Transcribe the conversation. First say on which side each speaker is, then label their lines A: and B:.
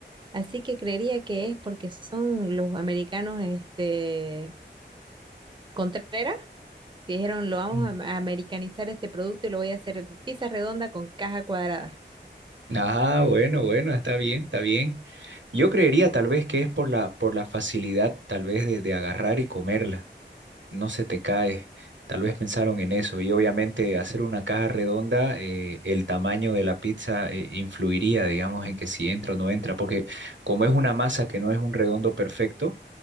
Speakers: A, on the right; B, on the right.
A: Así que creería que es porque son los americanos, este, Contreras. que dijeron, lo vamos
B: Mm.
A: a a americanizar este producto y lo voy a hacer en pizza redonda con caja cuadrada.
B: Ah, bueno, bueno, está bien, está bien. Yo creería tal vez que es por la, por la facilidad, tal vez, de, de agarrar y comerla. no se te cae. Tal vez pensaron en eso y obviamente hacer una caja redonda, eh, el tamaño de la pizza eh, influiría, digamos, en que si entra o no entra, porque como es una masa que no es un redondo perfecto,